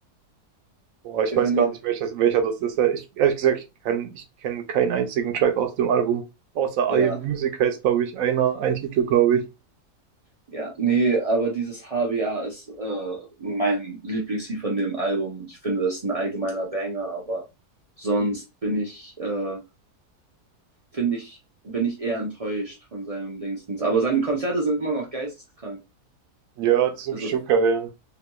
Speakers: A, on the right (about 65°); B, on the right (about 45°).
A: Boah, ich
B: Ich
A: weiß
B: find,
A: gar nicht, welches, welcher das ist. Ja, ich, ehrlich gesagt, ich kenn, ich kenne keinen einzigen Track aus dem Album. Außer
B: ja,
A: I Am Music heißt, glaube ich, einer, ein Titel, glaube ich.
B: ja, nee, aber dieses HBA ist äh, mein Lieblingslied von dem Album und ich finde, das ist ein allgemeiner Banger, aber sonst bin ich, äh, finde ich, bin ich eher enttäuscht von seinem Dingstens. Aber seine Konzerte sind immer noch geisteskrank.
A: Ja, das ist
B: Also,
A: bestimmt geil.